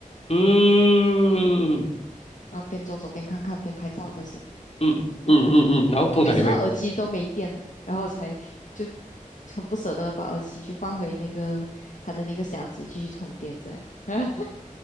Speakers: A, on the left; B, on the left.
A: 嗯
B: 嗯，然后边走走边看看边拍照这些，
A: 嗯嗯嗯嗯，
B: 嗯，
A: 嗯然后通常你会
B: 一直到耳机都没电了，然后我才就很不舍得把耳机就放回那个它的那个箱子继续充电这样，<laughs>